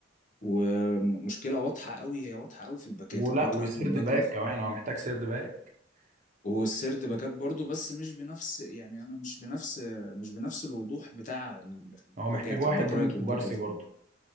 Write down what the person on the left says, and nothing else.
ومشكله واضحه قوي هي واضحه قوي في الباكات
الباك
رايت والباك
ليفت
والسرد
باكات
برضو بس مش بنفس يعني انا مش بنفس مش بنفس الوضوح بتاع الباكات
الباك
رايت والباك
ليفت